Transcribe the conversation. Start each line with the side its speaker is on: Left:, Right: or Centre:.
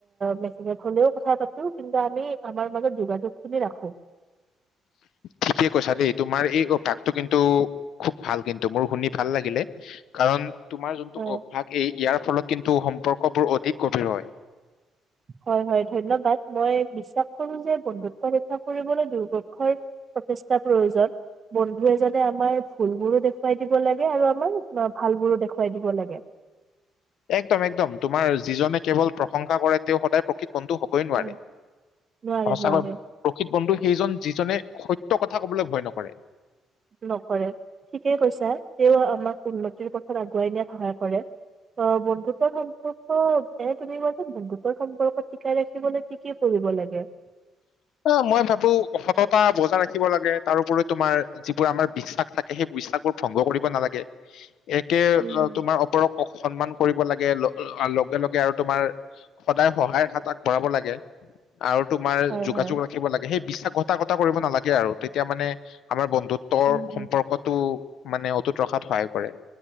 Right: মেছেজত হলেও কথা পাতো কিন্তু আমি আমাৰ মাজত যোগাযোগ খিনি ৰাখো ।
Left: ঠিকে কৈছা দেই তোমাৰ এই অভ্যাসটো কিন্তু খুব ভাল কিন্তু মোৰ শুনি ভাল লাগিলে‌ । কাৰণ তোমাৰ যোনটো
Right: হয়
Left: অভ্যাস এই ইয়াৰ ফলত কিন্তু সম্পৰ্কবোৰ অধিক গভীৰ হয় ।
Right: হয় হয় ধন্যবাদ মই বিশ্বাস কৰো যে বন্ধুত্ব ৰক্ষা কৰিবলৈ দুদৰ্ক্ষৰ প্ৰচেষ্টা প্ৰয়োজন বন্ধু এজনে আমাৰ ভুল বোৰো দেখুৱাই দিব লাগে আৰু আমাৰ ভাল বোৰো দেখুৱাই দিব লাগে ।
Left: একদম এক্দম তোমাৰ যিজনে কেৱল, প্ৰশংসা কৰে তেওঁ সদায় প্ৰকৃত বন্ধু হ'বই নোৱাৰে
Right: উম, নোৱাৰে
Left: সঁচাকৈ
Right: নোৱাৰে
Left: প্ৰকৃত বন্ধু সেইজন যিজনে সত্য কথা কবলৈ ভয় নকৰে।
Right: নকৰে ঠিকেই কৈছে । তেওঁ আমাক উন্নতিৰ পথত আগুৱাই নিয়াত সহায় কৰে । অ' - বন্ধুত্বৰ সম্পৰ্ক এ তুমি <unintelligible> বন্ধুত্বৰ সম্পৰ্ক টিকাই ৰাখিবলৈ কি কি কৰিব লাগে?
Left: অ' মই ভাবো সততা বজাই ৰাখিব লাগে তাৰোপৰিও তোমাৰ যিবোৰ আমাৰ বিশ্বাস থাকে সেই বিশ্বাসবোৰ ভংগ কৰিব নালাগে। একে
Right: উম হম
Left: তোমাৰ ওপৰক কক সন্মান কৰিব ল - আ - লগে লগে আৰু তোমাৰ সদায় সহায়ৰ হাত আগবঢ়াব লাগে আৰু তোম
Right: হয়
Left: যোগাযোগ
Right: হয়
Left: ৰাখিব লাগে সেই বিশ্বাস ঘটা কটা কৰিব নালাগে আৰু তেতিয়া মানে আমাৰ বন্ ন্ধুত্বৰ
Right: উম হম
Left: সম্পৰ্কতো মানে অটুট ৰখাত সহায় কৰে।